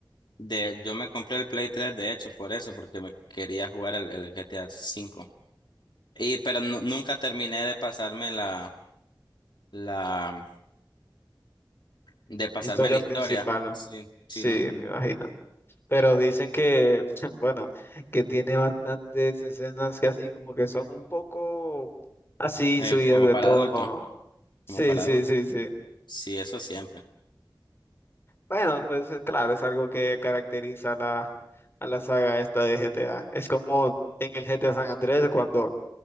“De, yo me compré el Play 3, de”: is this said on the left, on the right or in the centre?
Left